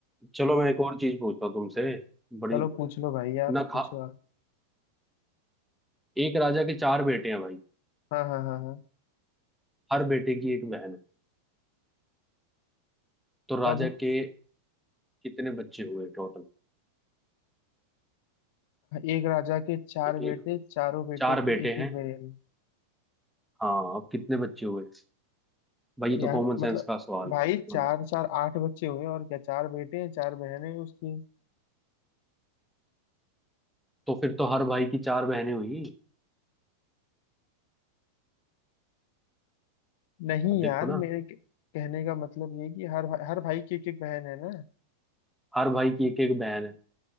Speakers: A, in the centre; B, on the left.
A: चलो मैं एक और चीज पूछता हूँ तुमसे बड़ी
B: चलो पूछ लो भाई आप
A: ना खा
B: पूछो आप
A: एक राजा के चार बेटे हैं भाई
B: हाँ हाँ हाँ हाँ
A: हर बेटे की एक बहन है तो राजा
B: तब
A: के कितने बच्चे हुए टोटल
B: एक राजा के चार
A: एक
B: बेटे चारों बेटों
A: चार
B: के
A: बेटे
B: एक एक
A: हैं
B: बहन
A: हाँ अब कितने बच्चे हुए भाई ये तो
B: यार
A: कॉमन सेंस
B: मतलब
A: का सवाल
B: भाई
A: है मतलब,
B: चार चार आठ बच्चे हुए और क्या चार बेटे हैं चार बहनें हैं उसकी
A: तो फिर तो हर भाई की चार बहनें हुई
B: नहीं
A: अब देखो
B: यार
A: ना
B: मेरे क- कहने का मतलब ये है कि हर भाई- हर भाई की एक एक बहन है ना
A: हर भाई की एक एक बहन है